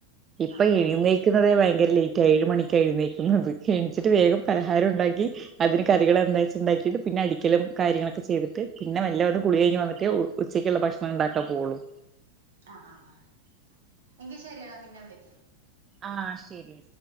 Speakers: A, on the right (about 25°); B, on the right (about 60°).
A: ഇപ്പൊ
B: ആഹ്
A: എഴുന്നേ
B: ആഹ്
A: ന്നേക്കുന്നതേ ഭയങ്കര ലേറ്റായി ഏഴ് മണിക്കായെഴുന്നേക്കുന്നത് എണീച്ചിട്ട് വേഗം പലഹാരം ഉണ്ടാക്കി അതിന് കറികൾ എന്താച്ചാ ഉണ്ടാക്കിയിട്ട് പിന്നെ അടിക്കലും കാര്യങ്ങളൊക്കെ ചെയ്തിട്ട് പിന്നെ വല്ല ഒന്ന് കുളി കഴിഞ്ഞ് വന്നിട്ടേ ഉച്ചക്കുള്ള ഭക്ഷണം ഉണ്ടാക്കാ പോവുള്ളൂ
B: ആഹ് ആഹ് ആഹ് എങ്കി ശരിയടാ പിന്നെ വിളിക്കാം
A: ആഹ് ശരി